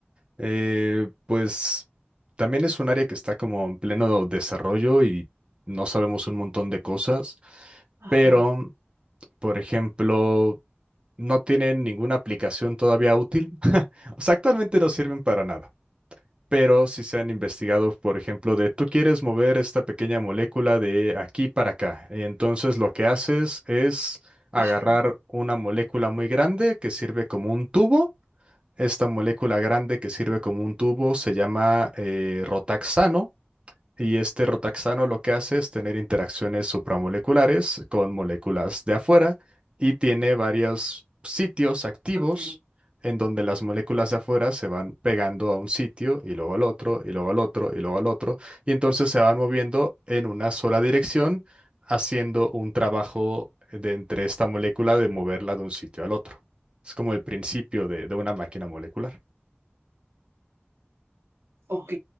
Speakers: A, on the right (about 25°); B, on the right (about 75°).
A: eh, pues, también es un área que está como en pleno desarrollo y no sabemos un montón de cosas,
B: Ajá,
A: pero, por ejemplo, no tienen ninguna aplicación todavía útil. <laughs> O sea, actualmente no sirven para nada. pero si se han investigado, por ejemplo, de tú quieres mover esta pequeña molécula de aquí para acá. Entonces lo que haces es agarrar
B: ajá,
A: una molécula muy grande que sirve como un tubo. Esta molécula grande que sirve como un tubo se llama eh, rotaxano y este rotaxano lo que hace es tener interacciones supramoleculares con moléculas de afuera y tiene varios sitios activos
B: ok,
A: en donde las moléculas de afuera se van pegando a un sitio y luego al otro y luego al otro y luego al otro y entonces se van moviendo en una sola dirección haciendo un trabajo de entre esta molécula de moverla de un sitio al otro. Es como el principio de, de una máquina molecular.
B: ok.